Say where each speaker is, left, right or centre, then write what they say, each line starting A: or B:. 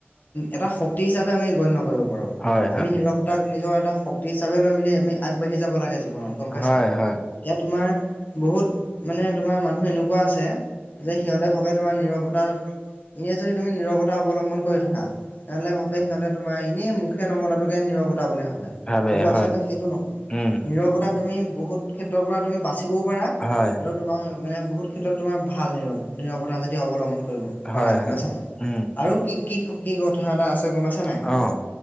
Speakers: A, on the left; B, on the left.
A: এটা শক্তি হিচাপে আমি গণ্য কৰিব পাৰো।
B: হয়
A: আমি
B: হয়
A: নীৰৱ তাক নিজৰ এটা শক্তি হিচাপে লৈ মেলি আমি আগবাঢ়ি যাব লাগে জীৱনত গম পাইছা।
B: হয় হয়
A: এতিয়া তোমাৰ বহুত মানে তোমাৰ মানুহ এনেকুৱা আছে যে সিহঁতে ভাবে তোমাৰ নিৰৱতা এনেই যদি তুমি নিৰৱতা অৱলম্বন কৰি থাক- তেনেহ'লে ভাবে সিহঁতে তোমাৰ এনে
B: উম
A: মুখে নমতাটোকে
B: হয়
A: নিৰৱতা বুলি ভাব-
B: ভাবে
A: কিন্তু
B: হয়
A: আচলতে সেইটো নহয়
B: উম
A: নিৰৱতা তুমি বহুত ক্ষেত্ৰৰ পৰা তুমি বাচিবও পাৰা
B: হয়।
A: আৰু তোমাৰ মানে বহুত ক্ষেত্ৰত তোমাৰ ভাল নৰৱ। নিৰৱতা যদি অৱলম্বন কৰিব।
B: হয়
A: পাৰা গম
B: হয়
A: পাইছা নাই
B: উম
A: আৰু কি কি কি কথা এটা আছে গম পাইছা নাই।
B: অ